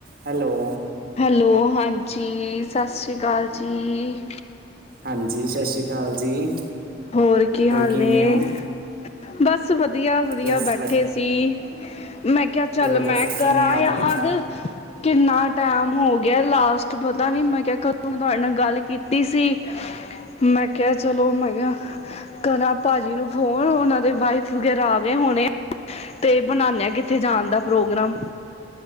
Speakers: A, on the right; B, on the left.
A: Hello
B: hello ਹਾਂਜੀ ਸਾਸਸ੍ਰੀ ਕਾਲ ਜੀ।
A: ਹਾਂਜੀ ਸਤਿ ਸ਼੍ਰੀ ਅਕਾਲ ਜੀ।
B: ਹੋਰ ਕੀ ਹਾਲ
A: ਕਿਵੇਂ
B: ਨੇ
A: ਹੋ
B: ਬਸ ਵਧੀਆ, ਵਧੀਆ
A: ਬਸ
B: ਬੈਠੇ
A: ਵ
B: ਸੀ ਮੈਂ ਕਿਹਾ ਚੱਲ
A: ਹੋਰ
B: ਮੈਂ
A: ਦੱਸੋ
B: ਕਰਾਂ
A: ਕਿਵੇਂ
B: ਯਾਦ
A: ਕੀਤਾ
B: ਕਿੰਨਾ ਟਾਈਮ ਹੋ ਗਿਆ ਲਾਸਟ ਪਤਾ ਨੀ ਮੈਂ ਕਿਹਾ ਕਦੋਂ ਤੁਹਾਡੇ ਨਾਲ ਗੱਲ ਕੀਤੀ ਸੀ ਮੈਂ ਕਿਹਾ ਚਲੋ ਮੈਂ ਕਿਹਾ ਕਰਾਂ ਭਾਜੀ ਨੂੰ ਫੋਨ, ਉਹਨਾਂ ਦੇ ਵਾਈਫ ਵਗੈਰਾ ਆ ਗਏ ਹੋਣੇ ਤੇ ਬਣਾਉਦੇ, ਕਿਤੇ ਜਾਣ ਦਾ ਪ੍ਰੋਗਰਾਮ